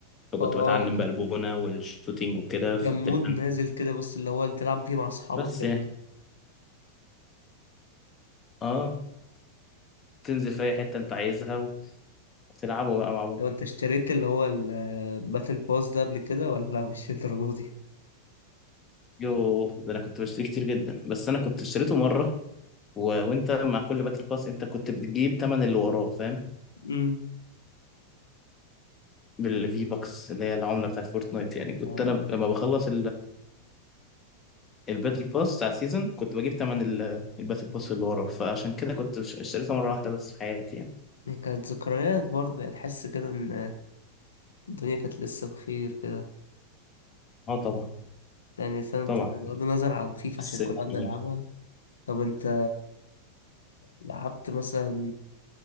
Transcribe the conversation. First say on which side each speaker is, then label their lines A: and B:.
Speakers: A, on the left (about 20°); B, on the left (about 70°).
A: فكنت
B: اه
A: بتعلم
B: كان
A: بقى البونه والشوتينج وكده فابتديت
B: كان مود نازل
A: انزل
B: كده بس اللي هو اللي تلعب بيه مع اصحابك
A: بس
B: كده
A: يعني اه تنزل في اي حته انت عايزها وتلعبوا بقى مع بعض
B: لو انت اشتريت اللي هو الباتل باس ده قبل كده ولا <laughs> مش الدرجة دي
A: يو ده انا كنت بشتري كتير جدا بس انا كنت اشتريته مره و... وانت مع كل باتل باس انت كنت بتجيب تمن اللي وراه فاهم
B: امم
A: بالفي بوكس اللي هي العمله بتاعت فورتنايت يعني كنت
B: آه،
A: انا لما بخلص الباتل باس بتاع سيزون كنت بجيب تمن ال- الباتل باس اللي ورا فعشان كده كنت ش- اشتريتها مرة واحدة بس في حياتي يعني
B: كانت ذكريات برضه يعني تحس كده ان الدنيا كانت لسه بخير كده
A: اه طبعا
B: يعني سنة انت
A: طبعا
B: بغض النظر عن فيفا
A: بس
B: عشان كلنا بنلعبها
A: يعني
B: طب انت لعبت مثلا